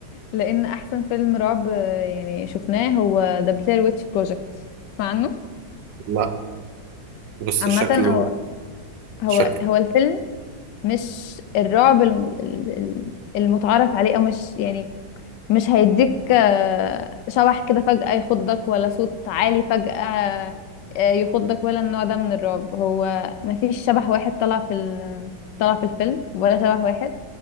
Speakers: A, on the left (about 75°); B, on the right (about 75°).
A: لان احسن فيلم رعب يعني شفناه هو ذا بلاير ويتش بروجكت تسمع عنه
B: لا بس
A: عامه
B: شكله
A: هو هو
B: شكله
A: هو الفيلم مش الرعب ال- ال- ال- المتعارف عليه او مش يعني مش هيديك آه، شبح كده فجأة يخضك ولا صوت عالي فجأة آه، يخضك ولا النوع ده من الرعب هو مفيش شبح واحد طلع في ال... طلع في الفيلم ولا شبح واحد